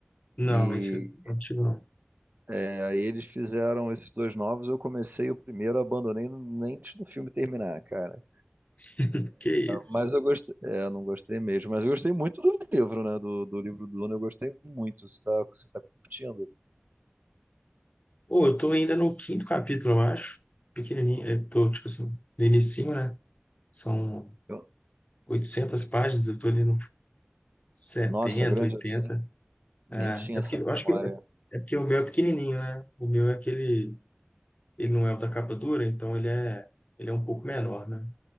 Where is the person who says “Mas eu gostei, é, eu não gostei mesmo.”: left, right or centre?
Right